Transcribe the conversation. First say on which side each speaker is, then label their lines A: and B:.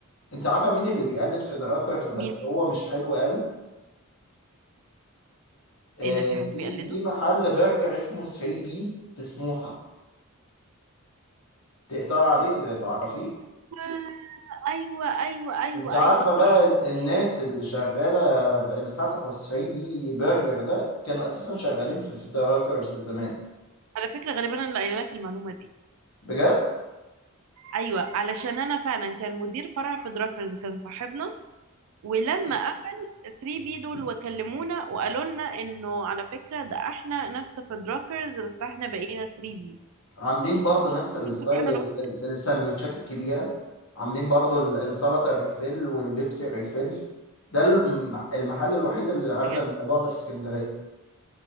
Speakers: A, on the left; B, on the right.
A: انت عارفه مين اللي بيقلد في دراكرز بس
B: مين
A: هو مش حلو قوي آه
B: ايه ده في حد
A: في
B: بيقلده
A: في محل برجر اسمه 3 بي في سموحه تقطع عليه ت- تعرفيه
B: آه، ايوه ايوه ايوه
A: انت عارفه
B: ايوه صح
A: بقى الناس اللي شغاله اللي فتحوا 3 بي برجر ده كانوا اساسا شغالين في في دراكرز زمان
B: على فكره غالبا انا اللي قايله لك المعلومه دي
A: بجد
B: ايوه علشان انا فعلا كان مدير فرع في دراكرز كان صاحبنا ولما قفل 3 بي دول وكلمونا وقالوا لنا انه على فكرة ده احنا نفس فدراكرز بس احنا بقينا 3 بي
A: عاملين برضو نفس الستايل
B: شوف سبحان
A: ال-
B: الله
A: ال- السندوتشات الكبيرة عاملين برضو ال- السلطة ريفيل والبيبسي ريفيل ده الم- المحل الوحيد اللي عامل
B: بجد
A: الموضوع ده في اسكندرية